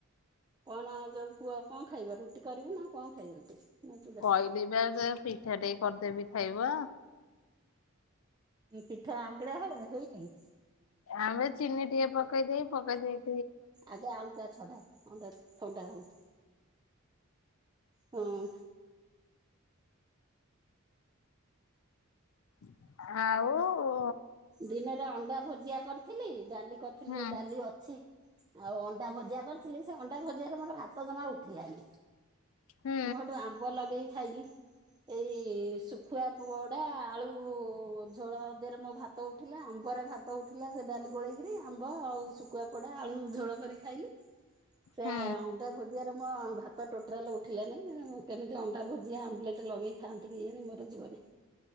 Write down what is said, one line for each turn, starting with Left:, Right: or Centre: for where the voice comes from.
Right: କଣ ଯୋଉ ପୁଅ କଣ ଖାଇବ? ରୁଟି କରିବୁ ନା କଣ ଖାଇବ ସେ? ନା ଚୁଡା
Left: କହିଲି ବା ସେ ପିଠା ଟେଇ କରିଦେବି ଖାଇବ।
Right: ପିଠା ଆମ୍ବିଳା ହଉ ହେଇ ନି?
Left: ଆମେ ଚିନି ଟିକେ ପକେଇ ଦେଇ ପକେଇ ଦେଇ
Right: ଆଗେ ଆଳୁଟା ଛଡା ଅଣ୍ଡା ଥଣ୍ଡା ହଉ। ହଁ।
Left: ଆଉ
Right: ଦିନରେ ଅଣ୍ଡା ଭୋଜିଆ କରିଥିଲି, ଡାଲି କରିଥିଲି,
Left: ହୁଁ
Right: ଏ ଡାଲି ଅଛି। ଆଉ ଅଣ୍ଡା ଭଜିଆ କରିଥିଲି, ସେ ଅଣ୍ଡା ଭଜିଆରେ ମୋର ଭାତ ଜମା ଉଠିଲାନି।
Left: ହୁଁ
Right: ମୁଁ ହେଠୁ ଆମ୍ବ ଲଗେଇି ଖାଇଲି। ଏଇ-ଇ ଶୁ ଖୁଆ ପୁଡା ଆଳୁ ଝୋଳ ଦେହରେ ମୋ ଭାତ ଭାତ ଉଠିଲା, ଆମ୍ବରେ ଭାତ ଉଠିଲା, ସେ ଡାଲି ଗୋଳେଇକିରି ଆମ୍ବ ଆଉ ଶୁଖୁଆ ପଡା ଆଳୁ ଝୋଳ କରି ଖାଇଲି। ସେ
Left: ହୁଁ
Right: ଅଣ୍ଡା ଭଜିଆ ର ହଁ, ଭାତ ଟୋଟାଲ ଉଠିଲାନି, କେମିତି ଅଣ୍ଡା ଭୋଜିଆ ଆମ୍ବଲେଟ୍ ଲଗେଇ ଖାଆନ୍ତି କି ଜାଣି! ମୋର ଯିବନି।